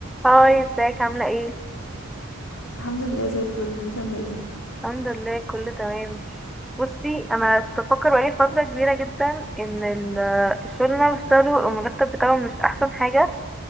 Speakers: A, in the centre; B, on the left.
A: هاي ازيك عاملة ايه؟
B: الحمد لله زي الفل انت عامله ايه
A: الحمد لله كله تمام بصي انا كنت بفكر بقالي فترة كبيرة جدا ان ال- الشغل اللي انا بشتغله المرتب بتاعه مش احسن حاجة